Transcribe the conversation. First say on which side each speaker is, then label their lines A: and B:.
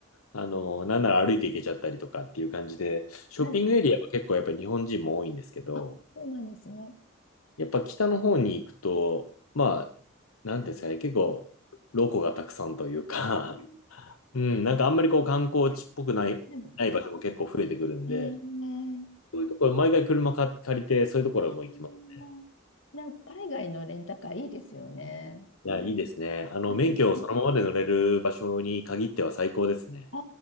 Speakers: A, on the left; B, on the left.
A: あの、なんなら歩いて行けちゃったりとかっていう感じで、ショッピングエリアは結構やっぱり日本人も多いんですけど、
B: はい。あ、そうなんですね。
A: やっぱ北の方に行くと、まあ、なんていうんですかね、結構、ロコがたくさんというか、
B: うん
A: <laughs> うん、なんかあんまりこう観光地っぽくない、
B: はいはい。
A: ない場所も結構増えてくるんで、
B: えー、
A: そういうところ、毎回車か借りて、そういうところも行きます。
B: あー、なんか海外のレンタカーいいですよね。
A: いや、いいですね。あの、
B: うん
A: 免許をそのままで乗れる場所に限っては最高ですね。
B: あ